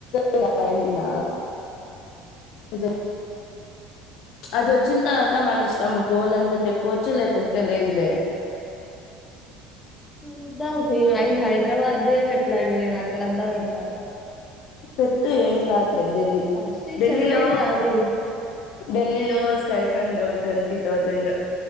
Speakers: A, on the left; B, on the left.
A: గ్యారెంటీనా పజ అది వచ్చిన తర్వాత మన ఇష్టం పోవాలనుకుంటే పోవచ్చు లేకుంటే లేదు లే
B: చూద్దాం ఇంకా హై హైదరాబాద్దే పెట్టలే ఇంకా నేను అక్కడంతా పెడతానా
A: పెట్టు ఏం కాదు లే డెల్లీ
B: ఫస్ట్ ఈ
A: ఢిల్లీలో
B: చెన్నైకి రాని
A: ఢిల్లీ లో టైఫండ్ ట్వంటీ థౌసండ్